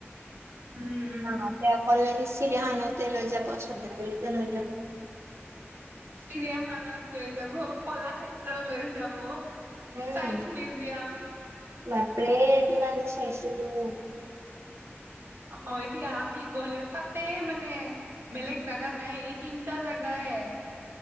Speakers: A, on the right (about 50°); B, on the right (about 75°).
A: উম উম
B: অ সেয়া অকল চিৰিয়াখানা তে লৈ যাব শ্ৰদ্ধাঞ্জলিতে লৈ যাব৷
A: চিৰিয়াখানাত লৈ যাব কলাক্ষেত্ৰ লৈ যাব৷
B: উম
A: চাইন্স মিউজিয়াম৷
B: বাপৰে কিমান যে চাইছিলো!
A: হয় দিয়া আমি গলে তাতে মানে বেলেগ জাগা নাই এই তিনটা জেগায়৷